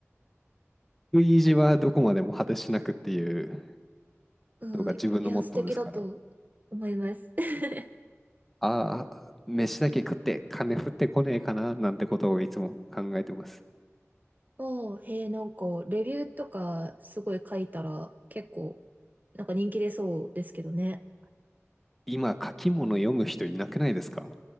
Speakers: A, in the centre; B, on the right.
A: 食い意地はどこまでも果てしなくっていう
B: うん、
A: のが自分のモットーですから、
B: いや、素敵だと思います。<laughs>
A: ああ、飯だけ食って金降ってこねえかななんてことをいつも考えてます。
B: おー、へえ、なんか、レビューとかすごい書いたら結構、なんか人気出そうですけどね。
A: 今、書き物読む人いなくないですか